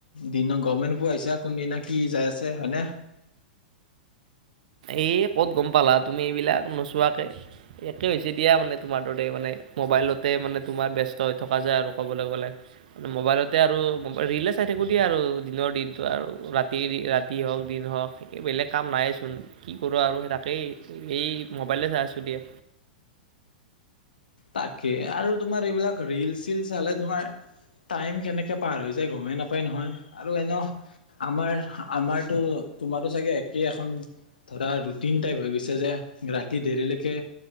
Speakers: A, on the left; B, on the right.
A: দিনৰ গমে পোৱা নোপোৱা আহিছা কোনদিনা কি যাই আছে আছে হয়নে
B: এই ক'ত গম পালা তুমি এইবিলাক নোচোৱাকৈ একে হৈছে দিয়া। মানে, তোমাৰ দৰে মানে মোবাইলতে মানে তোমাৰ ব্যস্ত হৈ থকা যায় আৰু ক'বলৈ গ'লোন মোবাইলতে আৰু ম ৰীলে চাই থাকোঁ দিয়া আৰু দিনৰ দিনটো আৰু ৰাতি ৰাতি হওঁক দিন হওঁক বেলেগ কাম নাইচোন। কি কৰো আৰু সেই তাকেই এই মোবাইলে চাই আছো দিয়া।
A: তাকে আৰু তোমাৰ এইবিলাক ৰিল-চিল চালে তোমাৰ টাইম কেনেকে পাৰ হৈ যায় গমেই নাপায় নহয়। আৰু এনে আমাৰ আমাৰতো তোমাৰো চাগে একেই এখন ধৰা ৰুটিন টাইপ হৈ গৈছে যে, ৰাতি দেৰিলৈকে